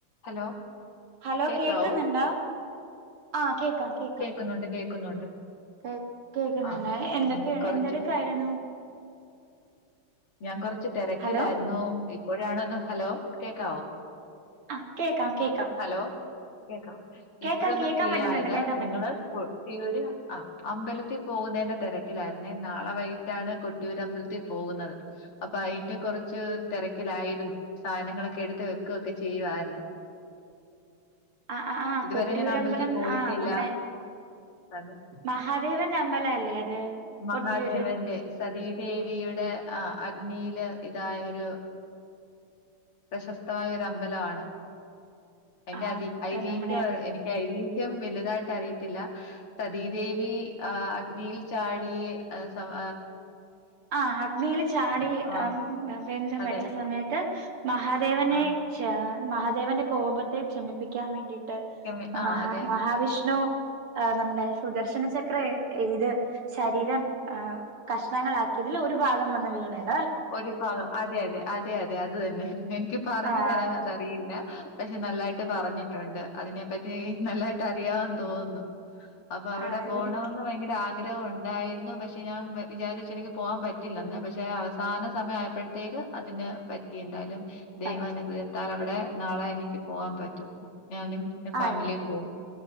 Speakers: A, on the left; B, on the right.
A: Hello
B: hello
A: കേക്കാവോ
B: കേക്കുന്നുണ്ടോ ആഹ കേക്കാം കേക്കാം
A: കേക്കുന്നുണ്ട് കേക്കുന്നുണ്ട്
B: കേ കേൾക്കുന്നുണ്ട്
A: ആ
B: എന്തൊക്കെ
A: ഉം കുറച്ച്
B: എന്തടക്കായിരുന്നു
A: ഞാൻ കൊറച്ച് തിരക്കിലായിരുന്നു
B: ഹലോ
A: ഇപ്പോഴാണോന്ന് ഹലോ കേക്കാവോ
B: ആഹ് കേക്കാം കേക്കാം
A: ഹലോ കേക്കാം
B: കേക്കാം
A: ഇപ്പോഴൊന്ന്
B: കേക്കാൻ
A: ഫ്രീ
B: പറ്റുന്നുണ്ട്
A: ആയത്
B: കേക്കാൻ
A: ഞങ്ങള്
B: പറ്റും
A: കൊട്ടിയൂര് ആ അമ്പലത്തിൽ പോകുന്നതിന്റെ തിരക്കിലായിരുന്നേ നാളെ വൈകിട്ടാണ് കൊട്ടിയൂരമ്പലത്തിൽ പോകുന്നത് അപ്പൊ അതിന്റെ കുറച്ച് കുറച്ച് തിരക്കിലായിരുന്നു സാധനങ്ങളൊക്കെ എടുത്ത് വെക്കുകൊക്കെ ചെയ്യുമായിരുന്നു
B: ആ ആ ആഹ
A: ഇതുവരെ
B: കൊട്ടിയൂരമ്പലം
A: ഞാൻ അമ്പലത്തിൽ പോയിട്ടില്ല
B: ആഹ നമ്മുടെ
A: അത്
B: മഹ ദൈവന്റെ അമ്പലം അല്ലേ അത്
A: മഹാദേവന്റെ
B: കൊട്ടിയൂര്
A: സതീദേവിയുടെ ആ അഗ്നി വ ഇതായ ഒരു പ്രശസ്തമായ ഒരു അമ്പലമാണ് അതിന്റെ
B: ആഹ്
A: അതി അഐതിീഹ്യം
B: നമ്മുടെ
A: എനിക്ക് അഐതിീ്യം അയ്ദേഹയം വലുതായിട്ട് അറിയത്തില്ല സതീദേവി അഗ്നിയിൽ ചാടി സഹ
B: ആഹ് അഗ്നിയിൽ ചാടി
A: ആഹ്
B: ആ വെന്ത്
A: അതെ
B: മരിച്ച സമയത്ത് മഹാദേവനെ
A: ആഹ്
B: മഹാദേവന്റെ കോപത്തെ ക്ഷമിപ്പിക്കാൻ വേണ്ടിയിട്ട്
A: ക്ഷമി ആഹ്
B: മഹാ
A: അതെ
B: മഹാവിഷ്ണു ആ് നമ്മുടെ സുദർശന ചക്ര ഇത് ശരീരം ആ് കഷണങ്ങളാക്കി ഇതില് ഒരു ഭാഗംവന്നു വീണരുന്നു
A: ഒരു ഭാഗം അതെ അതെ അതെ അതെ അത് തന്നെ എനിക്ക് പറഞ്ഞു
B: ആഹ്
A: തരാൻ അതറിയില്ല പക്ഷെ നല്ലായിട്ട് പറഞ്ഞിട്ടുണ്ട് അതിനെ പറ്റി നല്ലായിട്ട് അറിയാവാൻ തോന്നുന്നു അപ്പൊ അവിടെ
B: ആഹ്
A: പോകണമന്ന്
B: എനിക്ക്
A: ഭയങ്കര ആഗ്രഹ ആഗ്രഹം ഉണ്ടായിരുന്നു പക്ഷെ ഞാൻ വിചരിച്ച് എനിക്ക് പോകാൻ പറ്റില്ലെന്ന് പക്ഷെ അവ സഥാന സമയം ആയപ്പോഴത്തേക്ക് അതിനെ പറ്റി എന്തായാലും ദൈവനുഗ്രഹത്താൽ
B: പറ്റി
A: അവിടെ ഇടെ നാളെ എനിക്ക് പോവാൻ പറ്റും ഞാനും ഫാമിലിയും
B: ആഹ്
A: പോകവും